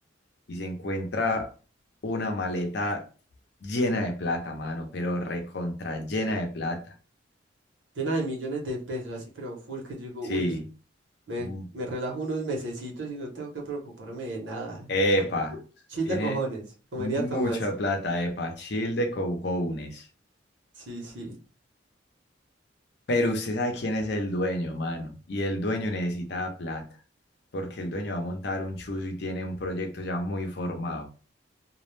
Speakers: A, on the left; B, on the right.
A: y se encuentra una maleta llena de plata, mano, pero recontra llena de plata.
B: Llena de millones de pesos, así, pero full, que yo digo,
A: Sí.
B: uy, me,
A: Mm.
B: me relajo unos mesecitos y no tengo que preocuparme de nada.
A: Epa,
B: Mantengo- Chill
A: tiene
B: de cojones, comería
A: mucha
B: Tomás.
A: plata, epa, chill de cojones.
B: Sí, sí.
A: Pero usted sabe quién es el dueño, mano, y el dueño necesita plata, porque el dueño va a montar un chuzo y tiene un proyecto ya muy formado.